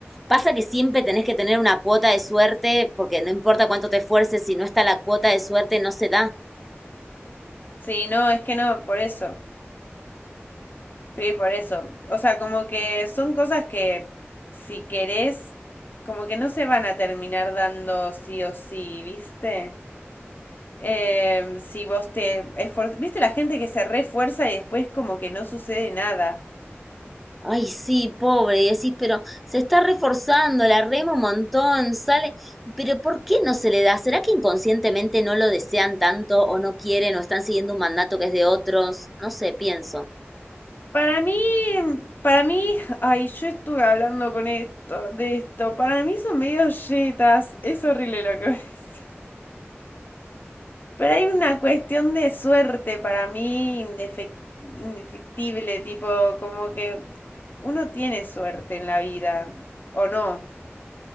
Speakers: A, in the centre; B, on the left.
A: pasa que siempre tenés que tener una cuota de suerte porque no importa cuánto te esfuerces, si no está la cuota de suerte no se da.
B: Sí, no, es que no, por eso. Sí, por eso. O sea, como que son cosas que si querés, como que no se van a terminar dando sí o sí, ¿viste? Em, si vos te esfor- ¿Viste la gente que se refuerza y después como que no sucede nada?
A: Ay, sí, pobre, y decís, pero se está reforzando, la rema un montón, sale, pero ¿por qué no se le da? ¿Será que inconscientemente no lo desean tanto o no quieren o están siguiendo un mandato que es de otros? No sé, pienso.
B: Para mí, para mí, ay, yo estuve hablando con esto, de esto. Para mí son medio yetas. Es horrible lo que voy a decir. Pero hay una cuestión de suerte para mí indefec- indefectible, tipo, como que uno tiene suerte en la vida, o no,